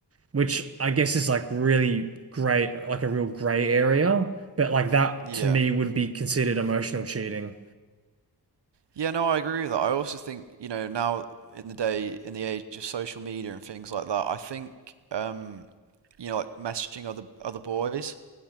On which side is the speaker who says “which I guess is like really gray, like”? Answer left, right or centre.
Right